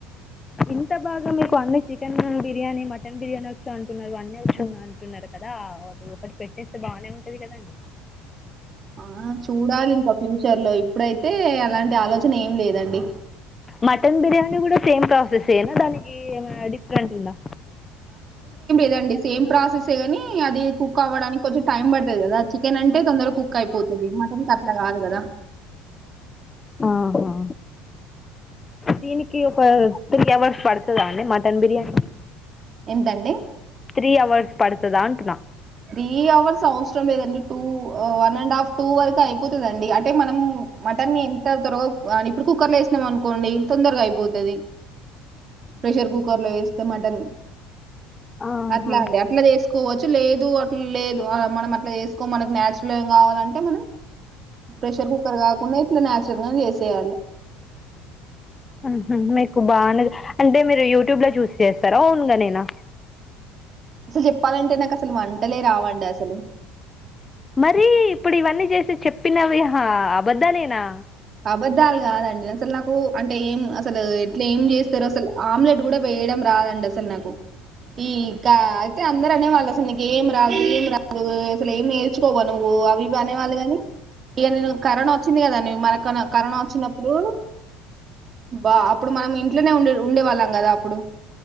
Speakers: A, on the left (about 25°); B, on the right (about 45°).
A: ఇంత బాగా మీకు అన్నీ చికెన్ బిర్యానీ మటన్ బిర్యానీ వచ్చు అంటున్నారు అన్నీ వచ్చు అంటున్నారు కదా ఆ అది ఒకటి పెట్టేస్తే బానే ఉంటది కదండి
B: ఆ చూడాలి ఇంకా ఫ్యూచర్ లో ఇప్పుడైతే అలాంటి ఆలోచన ఏం లేదండి
A: మటన్ బిర్యానీ కూడా సేమ్ ప్రాసెస్సేనా దానికి ఏమన్నా డిఫరెంట్ ఉందా
B: అదేనండి సేమ్ ప్రాసెస్ సే కాని అది కుక్ అవ్వడానికి కొంచెం టైం పడతది కదా చికెన్ అంటే అంటే తొందర కుక్ అయిపోతుంది మటన్ కట్లా కాదు కదా
A: ఆహా దీనికి ఒక త్రీ అవర్స్ పడతదా అండి మటన్ బిర్యానీకి
B: ఎంటండీ
A: త్రీ హవర్స్ పడతదా అంటన్నా
B: త్రీ అవర్స్ అవసరం లేదండి two one and half two వరకు అయిపోతదండి అ అంటే మనం మటన్ ఎంత త్రో కాని ఇప్పుడు కుక్కర్ లో వేసినాం అనుకోండి తొందరగా అయిపోతుంది ప్రెషర్ కుక్కర్ లో వే మటన్
A: ఆహా
B: అట్లా అండి అట్లా చేసుకోవచ్చు లేదు లేదు అట్లా లేదు మనం అట్లా చేసుకొం మనకి నచురల్ గా కావాలంటే మనం ప్రెషర్ కుక్కర్ కాకుండా ఇట్లా నాచురల్ గా చేసేయాలి
A: హుహు మీకు బాగానే అంటే మీరు యూట్యూబ్ లో చూసి చేస్తారా ఓన్ గానేనా
B: అసలు చెప్పాలంటే నాకు అసలు వంటలే రావండి అసలు
A: మరి ఇప్పుడు ఇవన్నీ చేసి చెప్పినవిహా అబద్ద నేనా
B: అబధాలు కాదండి అసలు నాకు అంటే ఏం అసలు ఇట్లా ఏం చేస్తారుో అసలు ఆమ్లెట్ కూడా వేయడం రాదండి అసలు నాకు ఇంకా అయితే అందరు అనే వాళ్ళు అసలు ఏం రాదు ఏం రాదు అసలు ఏం నేర్చుకోవా నువ్వు అవి బనేవాళ్ళు గాని ఇక నే కరోనా వచ్చింది కదా నువవు మనక కరోనా వచ్చినప్పుడు బా అప్పుడు మనం ఇంట్లోనే ఉండే ఉండే వాళ్ళం కదా అప్పుడు